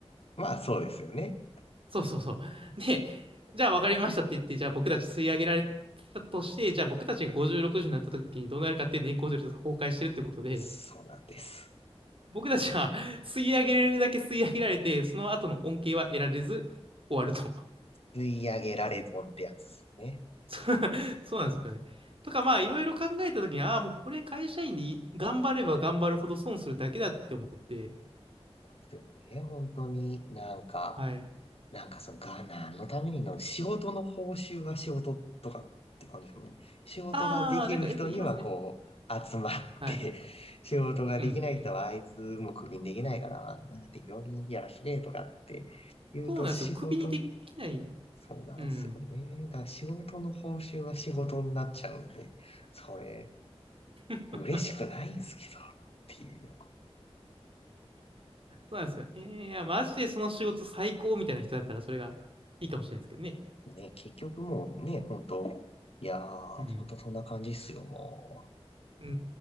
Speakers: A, on the left; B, on the right.
A: まあ、そうですよね。
B: そうそうそう。で、じゃあ分かりましたって言って、じゃあ僕たち吸い上げられてたとして、じゃあ僕たちが50、60になった時にどうなるかっていう年功序列が崩壊してるってことで、
A: そうなんです。
B: 僕たちは吸い上げれるだけ吸い上げられて、その後の恩恵は得られず終わると。
A: 吸い上げられ損ってやつですよね。
B: <laughs> そうそうなんですよね。とか、まあ、いろいろ考えたときに、ああ、もうこれ会社員でいい頑張れば頑張るほど損するだけだって思って、
A: ですよね。本当になんか、
B: はい。
A: なんかそのが何のためにの、仕事の報酬は仕事とかって感じですもんね。仕事ができる人にはこう、
B: ああ、なんかよく言いますね。
A: 集まって
B: はい。
A: <laughs> 仕事ができない人はあいつもクビにできないから、
B: うん、うん。
A: なんな適当にやらせてとかって言うと仕事、
B: そうなんですよ。首にできない。
A: そうなんですよね。
B: うん。
A: だから仕事の報酬は仕事になっちゃうんで、それ、
B: <laughs>
A: 嬉しくないんですけど、
B: そ
A: っていう。
B: うなんですよ。えー、いや、マジでその仕事最高みたいな人だったら、それがいいかもしれないですけどね。
A: ね、結局もうね、本当いやー、
B: うん。
A: 本当そんな感じっすよ、もう。
B: うん、う